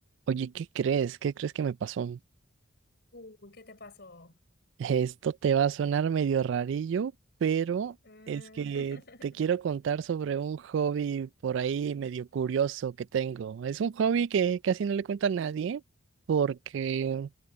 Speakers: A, on the right; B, on the left.
A: Oye, ¿qué crees? ¿Qué crees que me pasó?
B: Uy, ¿qué te pasó?
A: Esto te va a sonar medio rarillo, pero
B: Mm,
A: es que
B: <laughs>
A: te quiero contar sobre un hobby por ahí medio curioso que tengo. Es un hobby que casi no le cuento a nadie porque